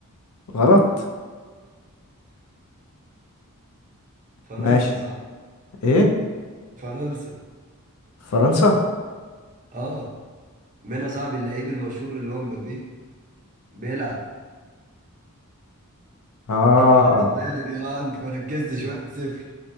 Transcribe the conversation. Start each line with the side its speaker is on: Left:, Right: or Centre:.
Left: غلط
Right: فرنسا
Left: ماشي
Right: صح
Left: إيه
Right: فرنسا
Left: فرنسا
Right: اه منها صاحب اللعيب المشهور اللي هو مبابي بيلعب
Left: آه
Right: انت ما خدتش بالك اه انت ما ركزتش واحد صفر